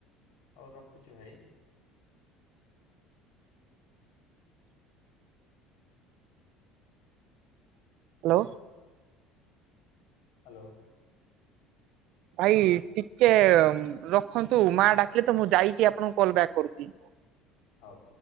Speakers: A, on the left; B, on the right.
A: ହୋଉ ରଖୁଚି ଭାଇ।
B: ହାଲୋ।
A: ହାଲୋ।
B: ଭାଇ ଟିକେ ରଖନ୍ତୁ ମାଆ ଡାକିଲେ ତ ମୁଁ ଯାଇକି ଆପଣଙ୍କୁ କଲ୍ ବ୍ୟାକ୍ କରୁଚି।
A: ହୋଉ।